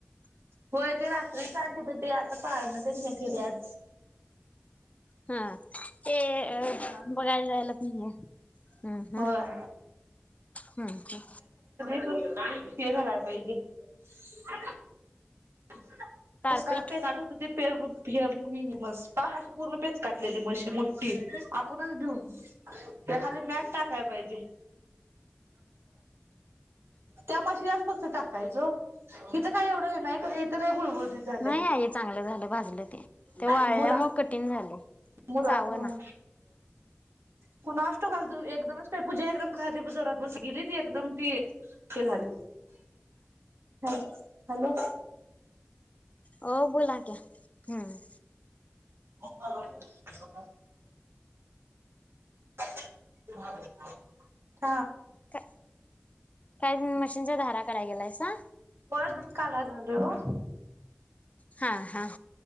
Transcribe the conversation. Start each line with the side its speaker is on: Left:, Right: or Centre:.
Right: होय ते रात्री सांते ते आता पाळण त्यान हे केल्यात.
Left: हा ते अ
Right: हा
Left: बघायला जायला, ह हम् हम्
Right: होय
Left: हम् ह
Right: त खला पाहिजे. नस्कार
Left: कारपेट
Right: <unintelligible> हे ह म पाक अशी पूर्ण पेच काटलेली मशी मोठी आपणच भेऊन. त्या खाली मॅट टाकायला पाहिजे. त्या म्हशीलाच फक्त टाकायचं ओ इिथं काय एवढं हे नाही खरं इथं लय गुळगुळ झा
Left: नाही आई चांगलं झालं भाजलं ते ते वाळल्यामुळे
Right: मुरा
Left: कठीण झालं
Right: मुरा
Left: चावना
Right: ह कोणा असतो काल तू एकदमच प पूजा एकदम खादी जोरात बस गेली ती एकदम ती ते झाली. ह हॅलो!
Left: हो बोला क हम्म.
Right: ह <unintelligible>
Left: का काय मशीनच्या धारा काढाय गेलायसा
Right: हा ब काढा लागले ओ.
Left: हा हा